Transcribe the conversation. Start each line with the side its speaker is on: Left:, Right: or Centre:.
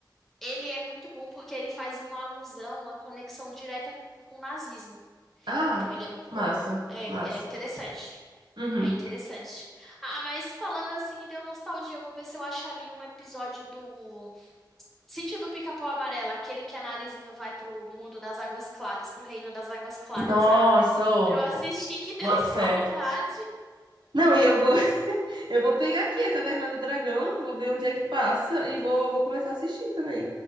Centre: Ele é muito bom porque ele faz uma alusão, uma conexão direta com o nazismo.
Right: Ah,
Centre: Então ele é muito
Right: massa,
Centre: bom. É,
Right: massa.
Centre: é interessante.
Right: Uhum.
Centre: É interessante. Ah, mas falando assim, me deu nostalgia. Eu vou ver se eu acho ali um episódio do Sítio do Pica-Pau Amarelo, aquele que a Narizinha vai pro mundo das águas claras, pro reino das águas claras,
Right: Nossa,
Centre: sabe?
Right: ô,
Centre: Pra eu assistir, que deu
Right: boto
Centre: <laughs> saudade.
Right: fé. Não, e eu vou Eu vou pegar aqui a Caverna do Dragão, vou ver onde é que passa e vou, vou começar a assistir também.